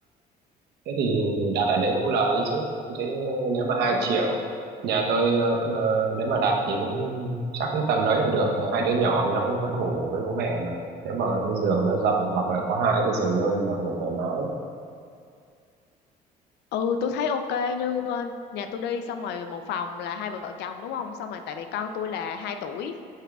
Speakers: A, on the right (about 75°); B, on the left (about 80°).
A: thế thì đặt ở đấy cũng lời ấy chứ thế nếu mà
B: ờ
A: hai triệu nhà tôi ờ, ờ, nếu mà đặt thì cũng chắc cũng tầm đấy là được tại hai đứa nhỏ thì nó cũng vẫn ngủ với bố mẹ mà nếu mà cái giường nó rộng hoặc là có hai cái giường đơn là ngủ thoải mái
B: ừ tôi thấy ok như ờ, nhà tôi đi xong rồi một phòng là hai vợ chồng đúng không xong rồi tại vì con tôi là hai tuổi